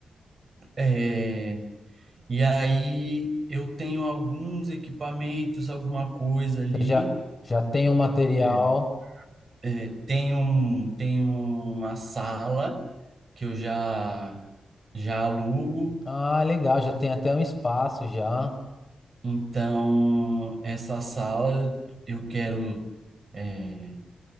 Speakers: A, on the right; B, on the left.
A: É, e aí eu tenho alguns equipamentos, alguma coisa ali.
B: você já, já tem o material.
A: Hum. É, tem um, tem uma sala que eu já já alugo.
B: Ah, legal, já tem até um espaço já.
A: Então, essa sala eu, eu quero é,